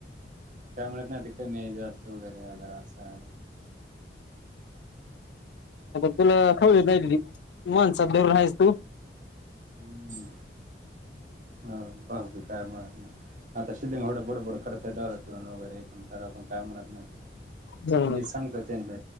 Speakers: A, on the right; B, on the left.
A: काय म्हणत नाही ते कमी जास्त वगैरे अगर असा
B: तुला खवळीय माणसात भर राहायच तू
A: ह हा भावकी काय म आता शिधंगडं बोडबोड करतय दारू पिऊन वगैरे पण त्या पण काय म्हणत नाही
B: बरोबर
A: मी सांगतो. त्यांनी